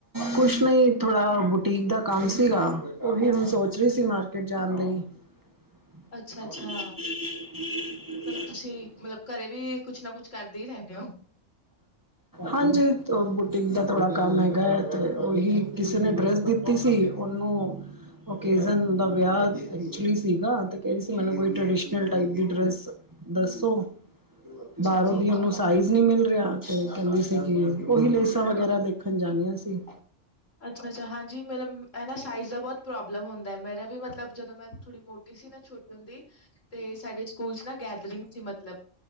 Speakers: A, on the right (about 15°); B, on the left (about 85°).
A: ਕੁਛ ਨਹੀਂ ਥੋੜਾ ਬੁਟੀਕ ਦਾ ਕੰਮ ਸੀਗਾ ਉਹੀ ਹੁਣ ਸੋਚ ਰਹੀ ਸੀ ਮਾਰਕਿਟ ਜਾਣ ਲਈ। ਹ
B: ਅੱਛਾ-ਅੱਛਾ। ਮਤਲਬ ਤੁਸੀਂ ਮਤਲਬ ਘਰੇ ਵੀ। ਕੁਛ ਨਾ ਕੁਛ ਕਰਦੇ ਹੀ ਰਹਿੰਦੇ ਹੋ।
A: ਹਾਂਜੀ, ਉਹ ਬੁਟੀਕ ਦਾ ਥੋੜਾ। ਕੰਮ ਹੈਗਾ ਇੱਥੇ ਉਹੀ ਕਿਸੇ ਨੇ ਡਰੈੱਸ ਦਿੱਤੀ ਸੀ ਉਹਨੂੰ। ਓਕਜਨ ਦਾ ਵਿਆਹ ਵੀ ਵਿੱਚ ਸੀਗਾ ਤੇ ਕਹਿੰਦੀ ਸੀ ਮੈਂਨੂੰ ਕੋਈ ਟਰਡੀਸਨ ਟਾਈਪ ਦੀ ਡਰੈੱਸ। ਦੱਸੋ
B: ਅੱਛਾ
A: ਬਾਹਰੋ
B: ਜੀ,
A: ਦੀ ਉਹਨੂੰ ਸਾਈਜ਼? ਨਹੀਂ ਮਿਲ ਰਿਹਾ ਤੇ ਕਹਿੰਦੀ ਸੀਗੀ ਉਹੀ ਲੇਸਾਂ ਵਗੈਰਾ ਦੇਖਣ ਜਾਣੀਆਂ ਸੀ।
B: ਅੱਛਾ-ਅੱਛਾ ਹਾਂਜੀ। ਮਤਲਬ ਨਾ ਸਾਈਜ਼ ਦਾ ਬਹੁਤ ਪ੍ਰੋਬਲਮ ਹੁੰਦਾ ਮੇਰਾ ਵੀ ਮਤਲਬ ਜਦੋਂ ਮੈਂ ਥੋੜੀ ਮੋਟੀ ਸੀ ਨਾ ਛੋਟੀ ਹੁੰਦੀ। ਤੇ ਸਾਡੇ ਸਕੂਲ 'ਚ ਨਾ ਗੈਦਰਿੰਗ ਸੀ ਮਤਲਬ।